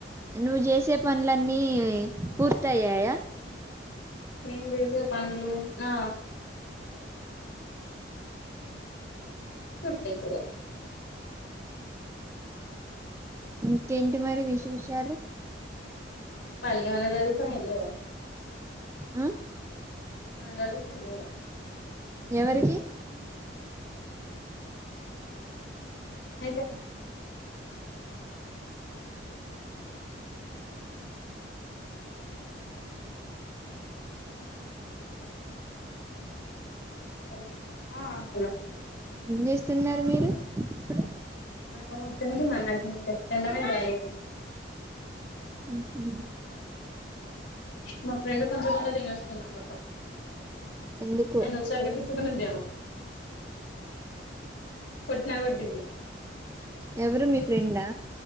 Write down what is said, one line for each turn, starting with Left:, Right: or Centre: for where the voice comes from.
Right: నువ్వు చేసే పనులన్నీ పూర్తి అయ్యాయా.
Left: నేను చేసే పనులు ఆ పూర్తయిపోయాయి.
Right: ఇంకేంటి మరి విశేషాలు?
Left: పళ్గగములా జరుగుతన్నయి లేవా.
Right: ఆ
Left: నాయి చదువుకున్నయి లేవా.
Right: ఎవరి
Left: అవును మీ <inaudible> హలో ఆ హలో
Right: ఏం చేస్తున్నరు మీరు ఇప్పుడు.
Left: ఆ తింటున్నా నేను ఇంకా తినడమే కాలేదు.
Right: ఉహు.
Left: మా ఫ్రెండ్ కు ఉంచకుండా తినేస్తున్నా మొత్తం.
Right: ఎందుకు
Left: నేను వచ్చకా తిట్టుకునిద్దేమో. కొట్టినా కొట్టిద్ది.
Right: ఎవరు మీ ఫ్రెండా?